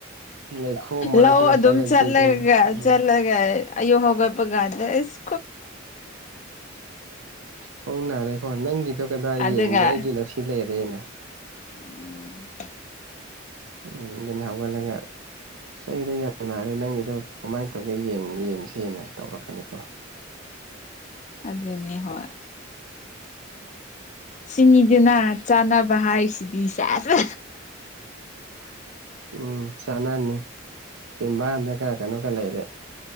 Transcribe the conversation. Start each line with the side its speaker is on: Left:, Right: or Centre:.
Right: ꯂꯩꯈꯣꯝ ꯃꯔꯛꯇꯒ
Left: ꯂꯧ ꯑꯗꯨꯝ
Right: ꯆꯠꯂꯗꯤ
Left: ꯆꯠꯂꯒ
Right: ꯑꯗꯨꯝ ꯎꯝ
Left: ꯆꯠꯂꯒ ꯑꯌꯨꯛ ꯍꯧꯒꯠꯄ ꯀꯥꯟꯗ ꯢꯁ
Right: ꯍꯣꯡꯅꯔꯦꯀꯣ ꯅꯪꯒꯤꯗꯣ ꯀꯗꯥꯏ
Left: ꯑꯗꯨꯒ
Right: ꯌꯦꯡꯒꯦ ꯑꯩꯒꯤꯅ ꯁꯤ ꯁꯤ ꯂꯩꯔꯦꯅ
Left: ꯎꯝ
Right: ꯎꯝ ꯗꯨꯅꯦ ꯍꯧꯒꯠꯂꯒ ꯁꯤ ꯑꯩꯒꯤꯗꯣ ꯌꯥꯝ ꯅꯥꯔꯦ ꯅꯪꯒꯤꯗꯣ ꯀꯃꯥꯏꯟ ꯇꯧꯒꯦ ꯌꯦꯡ ꯌꯦꯡꯁꯦꯅ ꯇꯧꯔꯛꯀꯅꯤꯀꯣ
Left: ꯑꯗꯨꯅꯤ ꯍꯣꯏ ꯁꯤꯅꯤꯗꯅ ꯆꯥꯟꯅꯕ ꯍꯥꯏꯁꯤꯗꯤ ꯁꯦꯁ
Right: ꯎꯝ ꯆꯥꯅꯅꯤ ꯆꯤꯝꯕꯥꯟꯗꯒ ꯀ ꯀꯩꯅꯣꯒ ꯂꯩꯔꯦ